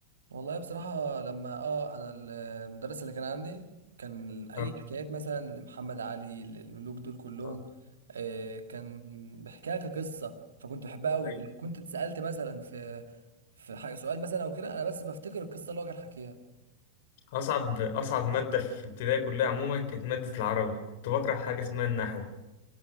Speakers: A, on the right; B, on the left.
A: والله بصراحة لما اه انا المدرس اللي كان عندي كان اي
B: اه
A: حكايات مثلا لمحمد علي للملوك دول كلهم
B: اه
A: آه كان بيحكيها كقصة فكنت بحبها قوي
B: أيوة.
A: ولو كنت اتسألت مثلا في في حاجة سؤال مثلا او كده انا بس بفتكر القصة اللي هو كان حكيها
B: أصعب أصعب مادة في ابتدائي كلها عموما كانت مادة العربي كنت بكره حاجة اسمها النحو